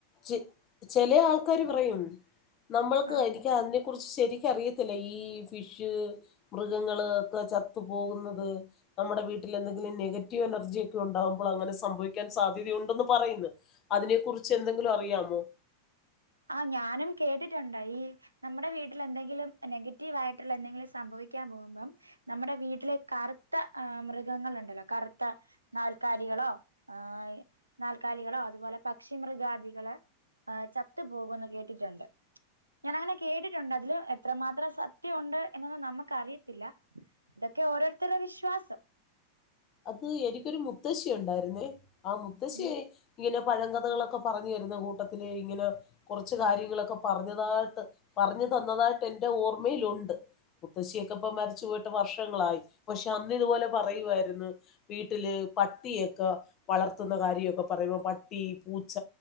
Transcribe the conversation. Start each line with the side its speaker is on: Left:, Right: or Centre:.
Left: ച്ചി ചെലെ ആൾക്കാര് പറയും നമ്മൾക്ക്
Right: ആ
Left: എനിക്ക് അന്നി കുറിച്ച് ശരിക്കറിയത്തില്ല ഈ ഫിഷ് മൃഗങ്ങള് ഒക്കെ ചത്തു പോകുന്നത് നമ്മുടെ വീട്ടിൽ എന്തെങ്കിലും നെഗറ്റീവ് എനർജിയൊക്കെ ഉണ്ടകുമ്പോൾ അങ്ങനെ സംവിക്കാൻ സാധ്യതയുൺ ണ്ടെന്ന് പറയുന്നു അതിനെ കുറിച്ച് എന്തെങ്കിലും അറിയാമോ?
Right: ആഹ് ഞാനും കേട്ടിട്ടുണ്ട് ഈ നമ്മുടെ വീട്ടിൽ എന്തെങ്കിലും നെഗറ്റീവ് ആയിട്ടുള്ള എന്തെങ്കിലും സംഭവിക്ക ക്കാൻ പോകുമ്പം നമ്മുടെ വീട്ടിലെ കറുത്ത ആഹ് മൃഗങ്ങൾ ഉണ്ടല്ലോ കറുത്ത നാൽക്കാലികളോ ഏഹ് നാൽക്കാലികളോ അതുപോലെ പക്ഷി മൃഗാദികള് ആഹ് ചത്തു പോകുന്ന് കേട്ടിട്ടുണ്ട് ഞാനങ്ങനെ കേട്ടിട്ടുണ്ട് അതില് എത്രമാത്രം സത്യംഉണ്ട് എന്നൊന്നും നമുക്ക് അറിയത്തില്ല ഇതക്കെ ഓരോരുത്തരുടെ വിശ്വാസം
Left: അത് എനിക്കൊരു മുത്തശ്ശി ഉണ്ടായിരുന്നേ ആ മുത്തശ്ശിയ
Right: ഉം
Left: ഇങ്ങനെ പഴങ്കഥകളൊക്കെ പ്പ പറഞ്ഞു തരുന്ന കൂട്ടത്തിൽ ഇങ്ങനെ കുറച്ച് കാര്യങ്ങളൊക്കെ പറഞ്ഞതായിട്ട് പറഞ്ഞു തന്നതായിട്ട് എൻറെ ഓർമ്മയിലുണ്ട് മുത്തശ്ശിയൊക്കെ ഇപ്പ മരിച്ചു പോയിട്ട് വർഷങ്ങളായി പക്ഷെ അന്ന് ഇതുപോലെ പറയുവായിരുന്നു വീട്ടില് പട്ടിയൊക്കെ വളർത്തുന്ന കാര്യൊക്കെ പറയുമ്പോ പട്ടി പൂച്ച